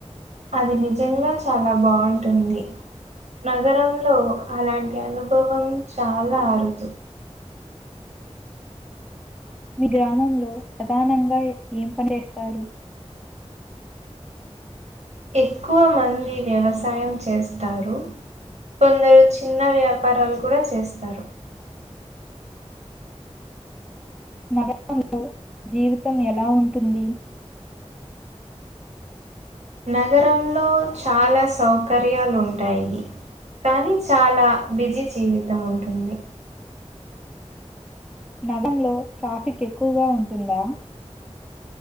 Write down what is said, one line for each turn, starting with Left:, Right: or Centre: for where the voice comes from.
Right: అది నిజంగా చాలా బాగుంటుంది నగరంలో అలాంటి అనుభవం చాలా అరుదు
Centre: మీ గ్రామంలో ప్రధానంగా ఏం పనిస్తారు
Right: ఎక్కువ మంది వ్యవసాయం చేస్తారు కొందరు చిన్న వ్యాపారాలు కూడా చేస్తారు
Centre: నగరంలో జీవితం ఎలా ఉంటుంది
Right: నగరంలో చాలా సౌకర్యాలు ఉంటాయి కానీ చాలా బిజీ జీవితం ఉంటుంది
Centre: నగంలో ట్రాఫిక్ ఎక్కువగా ఉంటుందా